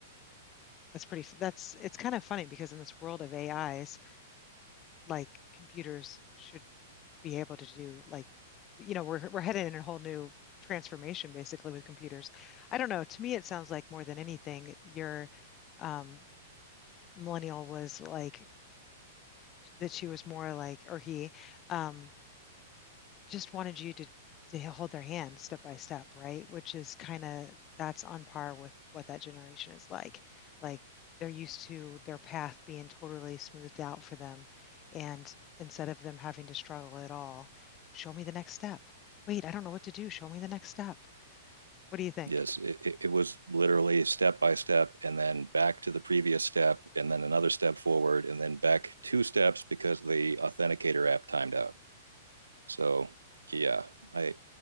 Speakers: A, on the left; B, on the right.
A: That's pretty, that's, it's kind of funny because in this world of AIs, like computers should be able to do like you know we're we're headed in a whole new transformation basically with computers. I don't know. To me, it sounds like more than anything, your um, millennial was like that she was more like or he um, just wanted you to to hold their hand step by step, right? Which is kind of that's on par with what that generation is like. Like they're used to their path being totally smoothed out for them, and instead of them having to struggle at all, show me the next step. Wait, I don't know what to do. Show me the next step. What do you think?
B: Yes, it, it- was literally step by step and then back to the previous step and then another step forward and then back two steps because the authenticator app timed out. So yeah, I